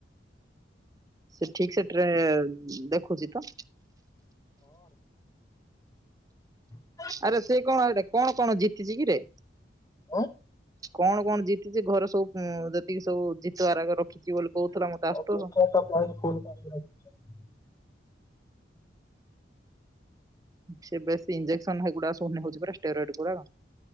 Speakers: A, on the right (about 20°); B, on the left (about 20°).
A: ସେ ଠିକ ସେଠରେ ଦେଖୁଛି ତ?
B: ହ।
A: ଆରେ ସେ କଣ ଏଟା କଣ କଣ ଜିତିଛି କି ରେ?
B: ହଁ?
A: କଣ କଣ ଜିତଛି ଘରେ ସବୁ ଯେତିକି ସବୁ ଜିତବାର ଏକା ରଖିଛି ବୋଲି
B: <unintelligible>
A: କହୁଥିଲା ମତେ ଆସୁତୋଷ। ସେ ବେଶ ଇଞ୍ଜେକ୍ସନ ହେଇଗୁଡା ସ ହଉଛି ଷ୍ଟେଇରଡ ଗୁଡା